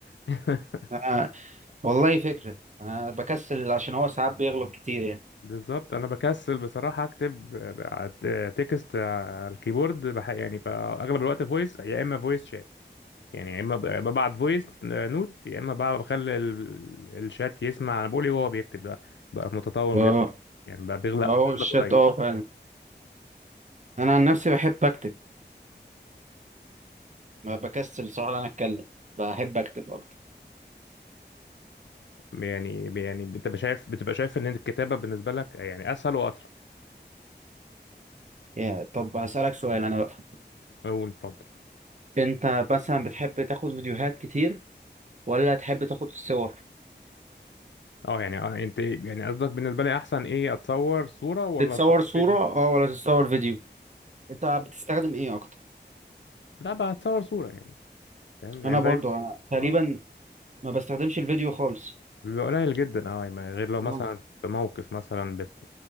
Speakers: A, on the left (about 85°); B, on the right (about 40°).
A: <laughs>
B: أنا والله فكرة انا بكسل عشان هو ساعات بيغلط كتير يعني
A: بالظبط انا بكسل بصراحه اكتب آه، تكست على الكيبورد بح- يعني ب- اغلب الوقت فويس يا اما فويس شات يعني يا اما ب- ببعت فويس نوت يا اما بقى بخلي ال- الشات يسمع انا بقول ايه وهو بيكتب بقى بقى متطور
B: اه
A: جدا يعني بقى بيغلق
B: اه
A: بيغلق
B: الشات
A: قليل
B: اه فعلا انا عن نفسي بحب اكتب ما بكسل صراحة انا اتكلم بحب اكتب اكتر
A: يعني يعني انت شايف بتبقى شايف ان الكتابه بالنسبه لك يعني اسهل واسرع
B: يا طب هسألك سؤال انا بقى
A: قول اتفضل
B: انت مثلا بتحب تاخد فيديوهات كتير ولا تحب تاخد صور
A: اه يعني آه، انت يعني قصدك بالنسبه لي احسن ايه اتصور صوره ولا
B: تتصور
A: اتصور
B: صورة
A: فيديو
B: اه ولا تتصور فيديو انت بتستخدم ايه اكتر
A: لا بقى اتصور صوره يعني فاهم
B: انا
A: يعني
B: برضو
A: دايما
B: انا تقريبا
A: اه
B: ما بستخدمش الفيديو خالص
A: بيبقى قليل جدا اه يعني غير لو مثلا
B: اه
A: في موقف مثلا بت...